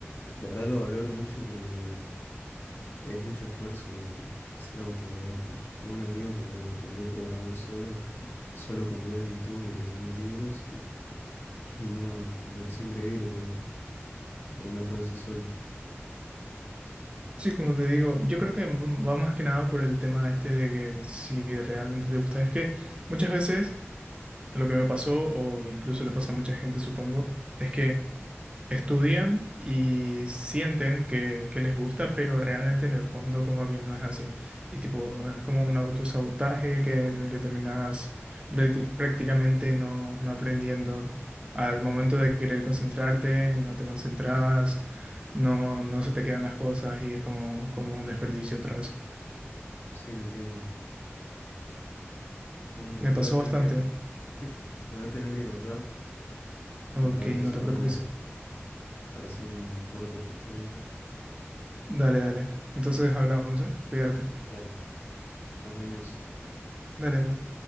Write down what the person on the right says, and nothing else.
Sí, como te digo, yo creo que m- va más que nada por el tema este de que si realmente te gusta. Es que muchas veces lo que me pasó, o incluso le pasa a mucha gente, supongo, es que estudian y sienten que, que les gusta, pero realmente en el fondo como que no es así. Y tipo, es como un autosabotaje que, en el que terminas prácti- prácticamente no, no aprendiendo. Al momento de querer concentrarte, no te concentras, no, no se te quedan las cosas y es como, como un desperdicio otra vez.
Me
pasó
bastante.
Ok,
no
te preocupes.
Dale, dale. Entonces hablamos, ¿eh? Cuídate.
Dale, dale.